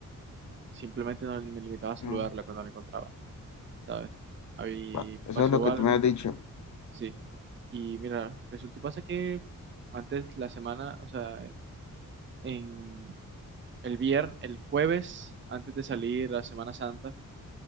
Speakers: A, on the right; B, on the left.
A: Simplemente no me limitaba a saludarla
B: Mm.
A: cuando la encontraba, ¿sabes? Ahí
B: Bueno, eso
A: pasó
B: es lo que
A: algo,
B: tú me has dicho.
A: sí. Y mira, resulta y pasa que antes la semana, o sea, en el viernes, el jueves, antes de salir la Semana Santa,